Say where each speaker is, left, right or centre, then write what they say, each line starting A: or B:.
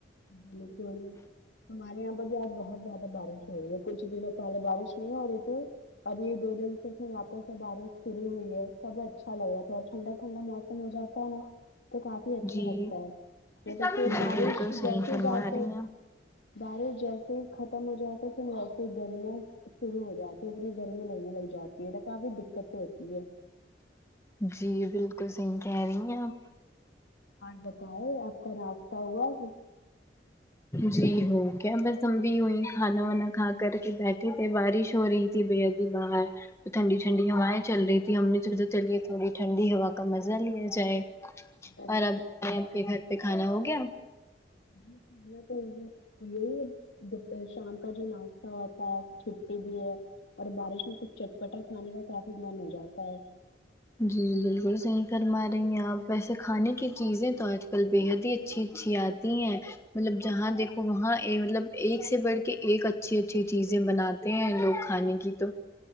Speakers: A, on the left; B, on the left.
A: بالکل ہمارے یہاں پر بھی آج بہت زیادہ بارش ہو رہی ہے کچھ دنوں پہلے بارش نہیں ہو رہی تھی اب یہ دو دن سے اس میں واپس سے بارش شروع ہوئی ہے تب اچھا لگ رہا تھوڑا ٹھنڈا ٹھنڈا موسم خم ہو جاتا ہے نا تو کافی اچھا
B: جی
A: لگتا ہے نہیں تو
B: جی
A: پھر بارش
B: بالکل صحیح
A: جی
B: فرما
A: سی جاتے
B: رہی ہیں
A: بارش جیسے ہی ختم ہو جاتی ہے پھر ویسے گرمیاں شروع ہو جا اتنی گرمی لگنے لگ جاتی ہے تو کافی دقتیں ہوتی ہے
B: جی بالکل صحیح کہہ رہی ہیں آپ
A: اور بتاؤ آپ کا ناشتہ ہوا کیا
B: جی ہو گیا بس ہم بھی وہیں کھانا وانا کھا کر کے بیٹھے تھے بارش ہو رہی تھی بھیا جی باہر ٹھنڈی ٹھنڈی ہوائیں چل رہی تھی ہم نے سوچا چلیے تھوڑی ٹھنڈی ہوا کا مزہ لیا جائے
A: کھانا
B: اور اب آپ کے گھر پہ کھانا ہو گیا
A: <unintelligible> نہیں تو یہی ہے دوپہر شام کا جو ناشتہ ہوتا ہے چھٹی بھی ہے اور بارش میں کچھ چٹپٹا کھانے کا کافی من ہو جاتا ہے
B: جی بالکل صحیح فرما رہی ہیں آپ ویسے کھانے کی چیزیں تو آج کل بے حد ہی اچھی اچھی آ تی ہیں مطلب جہاں دیکھو وہاں اے مطلب ایک سے بڑھ کے ایک اچھی اچھی چیزیں بنا نہی ان لوگ کھانے کی تو